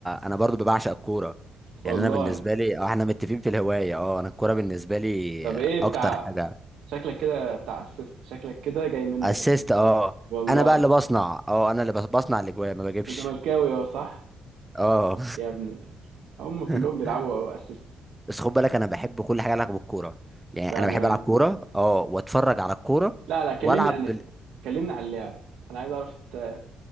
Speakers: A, in the centre; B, on the right.
A: انا برضه بعشق الكورة
B: <laughs>
A: يعني
B: والله
A: انا بالنسبة لي اه احنا متفقين في الهواية اه انا الكورة بالنسبة لي
B: طب ايه
A: اكتر
B: بتاع
A: حاجة
B: شكلك كده بتاع اسيست شكلك كده جاي منك
A: اسيست
B: اسيستات
A: اه
B: والله
A: انا بقى
B: انت
A: اللي بصنع اه انا اللي بص- بصنع الاجوان ما بجيبش
B: زملكاوي اه صح
A: اه
B: يا ابني هم كلهم
A: <laughs>
B: بيلعبوا اسيست
A: بس خد بالك انا بحب كل حاجه لها علاقه بالكوره يعني
B: بامان
A: انا بحب العب كوره اه واتفرج على الكوره
B: لا لا كلمني
A: والعب
B: عن
A: بال...
B: كلمني عن اللعب انا عايز اعرف انت